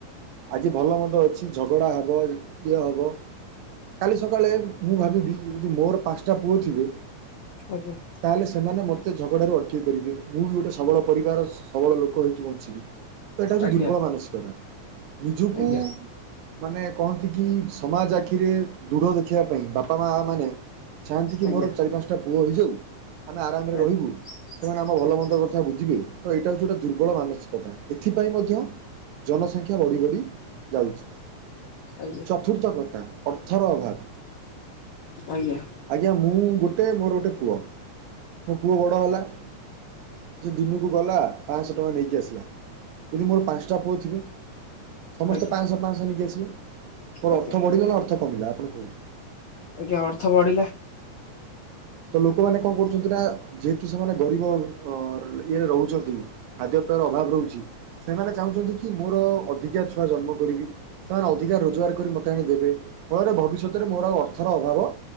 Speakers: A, on the right (about 80°); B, on the left (about 75°).
A: ଆଜି ଭଲ ମନ୍ଦ ଅଛି। ଝଗଡା ହବ ଇଏ ହବ। କାଲି ସକାଳେ ମୁଁ ଭାବିବି ଯଦି ମୋର ପାଞ୍ଚଟା ପୁଅ ଥିବେ।
B: ଆଜ୍ଞା।
A: ତାହେଲେ ସେମାନେ ମୋତେ ଝଗଡାରୁ ଅଟକେଇ ପାରିବେ। ମୁଁ ବି ଗୋଟେ ସବଳ ପରିବାର ସବଳ ଲୋକ ହୋଇକି ବଞ୍ଚିବି। ତ ଏଇଟା ହୋଉଚି
B: ଆଜ୍ଞା
A: ଦୁର୍ବଳ ମାନସିକତା ନିଜକୁ
B: ଆଜ୍ଞା
A: ମାନେ କହନ୍ତି କି ସମାଜ ଆଖିରେ ଦୃଢ ଦେଖିବା ପାଇଁ ବାପା, ମା ମାନେ ଚାହାନ୍ତି କି
B: ଆଜ୍ଞା
A: ମୋର ଚାରି ପାଞ୍ଚଟା ପୁଅ ହୋଇଯାଉ। ଆମେ ଆରାମରେ
B: ଆଜ୍ଞା
A: ରହିବୁ ସେମାନେ ଆମ ଭଲ
B: ଆଜ୍ଞା
A: ମନ୍ଦ କ ଥା ବୁଝିବେ ତ ଏଇଟା ହୋଉଚି ଗୋଟେ ଦୁର୍ବଳ ମାନସିକତା ଏଥିପାଇଁ ମଧ୍ୟ ଜନସଂଖ୍ୟା ବଢି ବଢି ଯାଉଚି।
B: ଆଜ୍ଞା।
A: ପ୍ରକୃତ କଥା ଅର୍ଥର ଅଭାବ।
B: ଆଜ୍ଞା।
A: ଆଜ୍ଞା ମୁଁ ଗୁଟେ ମୋର ଗୋଟେ ପୁଅ। ମୋ ପୁଅ ବଡ ହେଲା। ସେ ଦିନକୁ ଗଲା ପାଂଶହ ଟଙ୍କା ନେଇକି ଆସିଲା। ଯଦି ମୋର ପାଞ୍ଚଟା ପୁଅ ଥିବେ। ସମସ୍ତେ
B: ଆଜ୍ଞା
A: ପାଂଶହ, ପାଂଶହ ନେଇକି ଆସିବେ ମୋର
B: ଆଜ୍ଞା
A: ଅର୍ଥ ବଢିଲା ନା ଅର୍ଥ କମିଲା ଆପଣ କୁହନ୍ତୁ।
B: ଆଜ୍ଞା ଅର୍ଥ ବଢିଲା।
A: ତ ଲୋକମାନେ କଣ କରୁଚନ୍ତି ନା ଯେହେତୁ ସେମାନେ ଗରିବ ଇଏରେ ରହୁଚନ୍ତି। ଖାଦ୍ୟ ପେୟର ଅଭାବ ରହୁଚି। ସେମାନେ ଚାହୁଁଚନ୍ତି କି ମୋର ଅଧିକା ଛୁଆ ଜନ୍ମ କରିବି। ସେମାନେ ଅଧିକା ରୋଜଗାର କରି ମୋତେ ଆଣି ଦେବେ ଫଳରେ ଭବିଷ୍ୟତରେ ମୋର ଆଉ ଅର୍ଥର ଅଭାବ